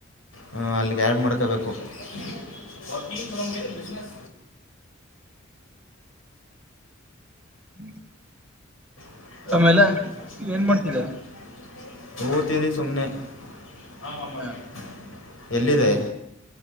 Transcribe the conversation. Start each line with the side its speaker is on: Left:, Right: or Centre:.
Left: ಹ್ಮ ಅಲ್ಲಿಗೆ ಆ್ಯಡ್ ಮಾಡ್ಕೊಬೇಕು <unintelligible>
Centre: <inaudible>
Left: <unintelligible>
Centre: ಆಮೇಲೆ ಏನ್ ಮಾಡ್ತಿದ್ದ
Left: ಸುಮ್ಮನೆ <unintelligible>
Centre: ಹಾ
Left: ಎಲ್ಲಿದೆ